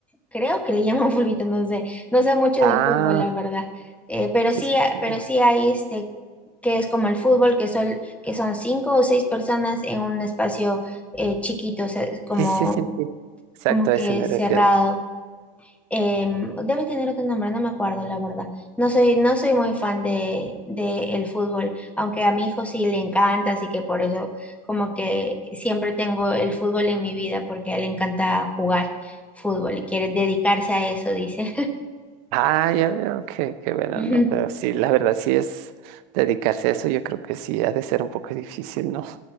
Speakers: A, in the centre; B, on the right.
A: creo que le llaman <laughs> fulbito, no sé, no sé mucho
B: Ah,
A: de fútbol, la verdad. Eh, pero
B: sí,
A: sí,
B: sí,
A: a-
B: sí.
A: pero
B: no.
A: sí hay este, que es como el fútbol, que son, que son cinco o seis personas en un espacio eh, chiquito, o sea, es como,
B: Sí, sí, sí, sí. Exacto,
A: como que
B: a ese me
A: cerrado.
B: refiero.
A: Eh, debe tener otro nombre, no me acuerdo, la verdad. No soy, no soy muy fan de, de el fútbol, aunque a mi hijo sí le encanta, así que por eso como que siempre tengo el fútbol en mi vida, porque a él le encanta jugar fútbol y quiere dedicarse a eso, dice.
B: Ah, ya veo que, que bueno,
A: <laughs>
B: no, pero sí, la verdad, sí es dedicarse a eso, yo creo que sí, ha de ser un poco difícil, ¿no?